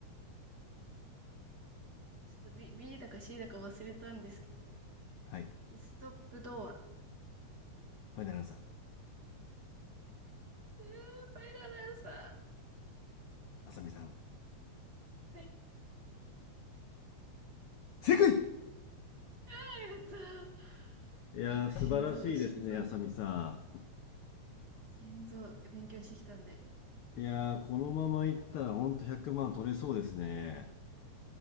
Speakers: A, on the right; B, on the left.
A: ちょっと B、B だか C だか忘れたんですけど、
B: はい
A: イストップ童話。
B: ファイナルアンサー
A: えー、バイラランサ
B: あさみさん
A: ー。はい。
B: 正解い
A: はい、また。
B: やー素晴らしいですねあさみさ
A: あ、心臓、心臓が、心臓、勉強してきたんで。
B: んいやーこのままいったらほんと100万取れそうですね